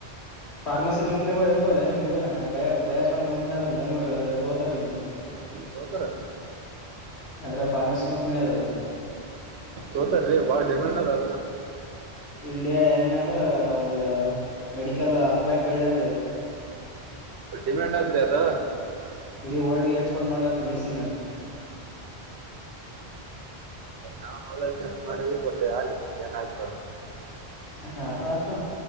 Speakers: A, on the left; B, on the right.
A: ಫಾರ್ಮಸಿ ಕಂಪನಿೂಡ ಇರ್ತವಲ್ಲೆ ನಿಮ್ಗ ಬಯ ಬಯೋಕಾನ್ಂನಿ ಅದಲ್ಲ ಬೆಂಗಳೂರಿಗೆ ಅದ್ರೆ ತೋತಾರೆ ನಿಮ್ಗೆ
B: ಹ್ಮ್ ತೂತರ
A: ಅದ್ರ ಫಾರ್ಮಸಿ ಕಂಪನಿ ಅದ
B: ತೋತರಿ ಬಾಳ ಡಿಮಂಡ ಅದು
A: ಇಂಡಿಯಾ ಹೆಂಗ ಅಂದ್ರ ಒಂದು ಮೆಡಿಕಲ್ ಹಬ್ಬ ಬೆಳ್ಳತದ
B: ಡಿಮ್ಯಾಂಡ್ ಆದ್ರಿ ಅದ
A: ಇಡೀ ವರ್ಲ್ಡ್ಗೆ ಎಕ್ಸ್ಪೋರ್ಟ್ ಮಾಡ್ಲತ್ತ ಮೆಡಿಸಿನ್
B: ನಾವು ಕೆಸ ಮಾಡ ಕೊಟ್ಟೇ ಅಲ್ಲಿ ಏನಾಗ್ತ
A: ಹಾ ಆತ